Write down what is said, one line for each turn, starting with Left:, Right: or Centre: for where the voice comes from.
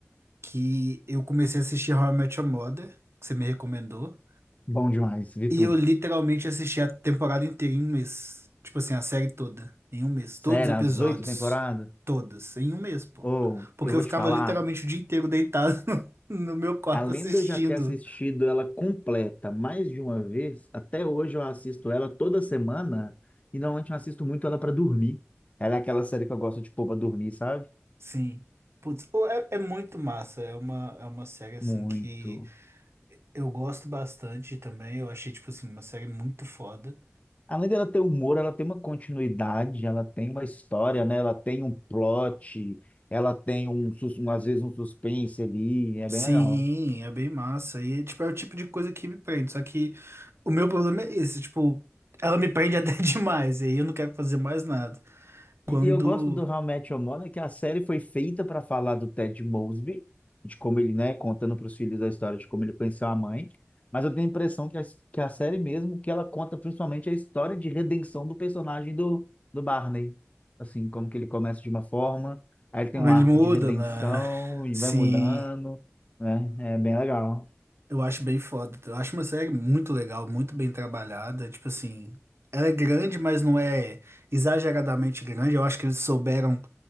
Right: que eu comecei a assistir How I Met Your Mother, que você me recomendou.
Left: Bom demais, vi
Right: E
Left: tudo.
Right: eu literalmente assisti a temporada inteira em um mês. Tipo assim, a série toda. Em um mês.
Left: Sério,
Right: Todos os episódios.
Left: as oito temporadas?
Right: Todas. Em um mês, pô.
Left: Ou,
Right: Porque
Left: eu vou
Right: eu ficava
Left: te falar,
Right: literalmente o dia inteiro deitado <laughs> no meu quarto
Left: além
Right: assistindo.
Left: de eu já ter assistido ela completa mais de uma vez, até hoje eu assisto ela toda semana, e normalmente eu assisto muito ela para dormir. Ela é aquela série que eu gosto de pôr pra dormir, sabe?
Right: Sim. Putz, ô, é, é muito massa. É uma, é uma série, assim,
Left: Muito.
Right: que eu gosto bastante também. Eu achei, tipo assim, uma série muito foda.
Left: Além dela ter humor, ela tem uma continuidade, ela tem uma história, né? Ela tem um plot, ela tem um, sus- um às vezes um suspense ali, é
Right: Sim,
Left: bem legal.
Right: é bem massa. E, tipo, é o tipo de coisa que me prende. Só que o meu problema é esse, tipo, ela me prende <laughs> até demais, e aí eu não quero fazer mais nada. Quando
Left: E e eu gosto do How I Met Your Mother, que a série foi feita para falar do Ted Mosby, de como ele, né, contando para os filhos a história de como ele conheceu a mãe. Mas eu tenho a impressão que a, que a série mesmo, que ela conta principalmente a história de redenção do personagem do, do Barney. Assim, como que ele começa de uma forma, aí ele tem um
Right: ele
Left: arco
Right: muda,
Left: de redenção
Right: né?
Left: e
Right: Sim,
Left: vai mudando, né? É bem legal.
Right: eu acho bem foda. Eu acho uma série muito legal, muito bem trabalhada. Tipo assim, ela é grande, mas não é exageradamente grande. Eu acho que eles souberam